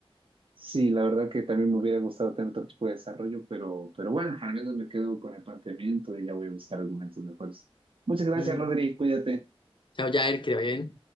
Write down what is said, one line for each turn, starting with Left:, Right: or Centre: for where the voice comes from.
Right: sí, la verdad que también me hubiera gustado tener otro tipo de desarrollo, pero, pero bueno, al menos me quedo con el planteamiento y ya voy a buscar argumentos mejores. Muchas gracias,
Left: Ujú.
Right: Rodri, cuídate.
Left: Chao, Jair, que te vaya bien.